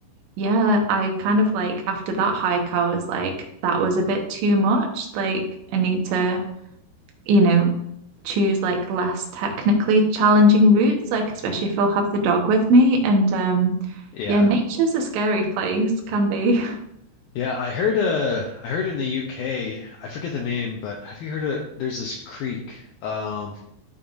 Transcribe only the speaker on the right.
yeah I kind of like after that hike I was like that was a bit too much like I need to you know, choose like less technically challenging routes, like especially if I'll have the dog with me. And um
yeah, nature's a scary place, can be. <laughs>